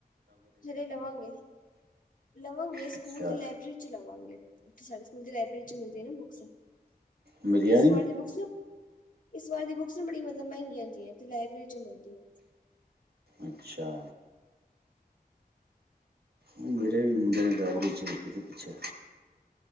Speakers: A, on the left; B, on the right.
A: ਹੱਲੇ ਲਵਾਂਗੇ, ਲਵਾਂਗੇ ਸਕੂਲ
B: ਅੱਛਾ
A: ਦੀ ਲਾਇਬ੍ਰੇਰੀ ਚ ਲਵਾਂਗੇ। ਸਾਡੇ ਸਕੂਲ ਦੀ ਲਾਇਬ੍ਰੇਰੀ ਚ ਮਿਲਦੀ ਨਾ ਬੁੱਕਸ
B: ਮਿਲੀਆਂ
A: ਇਸ
B: ਨੀ
A: ਵਾਰ ਬੂ ਇਸ ਵਾਰ ਦੀ ਬੁੱਕਸ ਨਾ ਬੜੀ ਮਤਬ ਮਹਿੰਗੀਆਂ ਜੇ ਤੇ ਲਾਇਬ੍ਰੇਰੀ ਚ ਮਿਲਦੀਆ।
B: ਅੱਛਾ ਮੇਰੇ ਵੀ ਮੁੰਡੇ ਨੇ ਡ੍ਰਗ ਵਿੱਚੇ ਸੀ ਪਿੱਛੇ